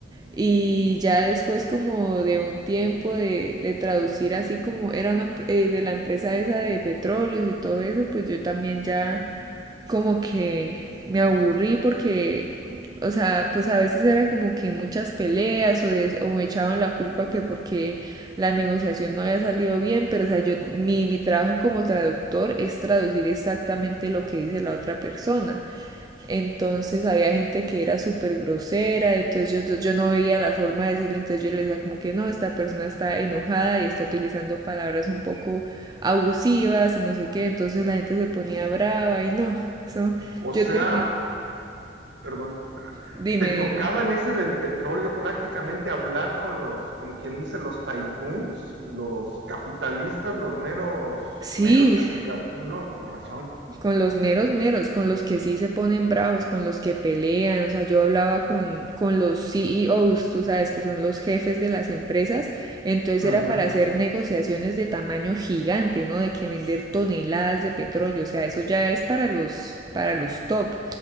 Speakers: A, on the right; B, on the right.
A: Y ya después como de un tiempo de, de traducir así como era una eh, de la empresa esa de petróleos y todo eso, pues yo también ya como que me aburrí porque, o sea, pues a veces era como que muchas peleas o, de- o me echaban la culpa que porque la negociación no había salido bien, pero o sea, yo mi, mi trabajo como traductor es traducir exactamente lo que dice la otra persona. Entonces había gente que era súper grosera, entonces yo, yo, yo no veía la forma de decirle, entonces yo le decía como que no, esta persona está enojada y está utilizando palabras un poco abusivas y no sé qué, entonces la gente se ponía brava y no, eso,
B: O sea,
A: yo terminé,
B: perdón,
A: dime,
B: te tocaba
A: dime.
B: en ese del petróleo prácticamente hablar con los, como quien dice, los tycoons, los capitalistas, los meros,
A: Sí,
B: meros que se encargan. Uno, con razón.
A: con los meros meros, con los que sí se ponen bravos, con los que pelean, o sea, yo hablaba con, con los CEOs, tú sabes, que son los jefes de las empresas, entonces
B: Ujú.
A: era para hacer negociaciones de tamaño gigante, ¿no? De que vender toneladas de petróleo, o sea, eso ya es para los, para los top.